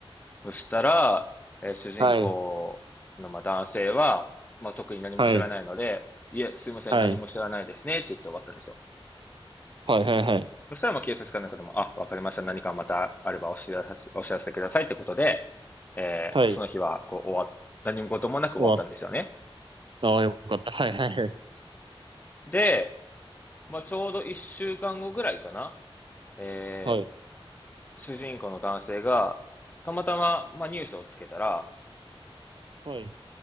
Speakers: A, on the left; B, on the right.
A: そしたら、えー主人公のまあ男性は、
B: はい。
A: まあ、特に何も知らないので、
B: はい。
A: いえ、すいません、
B: はい。
A: 何も知らないですねって言って終わったんですよ。
B: はい。はい。はい。
A: そしたらまあ警察官の方も、あ、わかりました、何かまたあればお知らせ、お知らせくださいってことで、えーその日はこう終わっ、
B: はい。
A: 何事もなく終わったんですよね。
B: 終わった。ああ、よかった。はい。はい。
A: で、まあ、ちょうど一週間後ぐらいかな。えー
B: はい。はい。
A: 主人公の男性が、たまたま、まあ、ニュースをつけたら、
B: はい。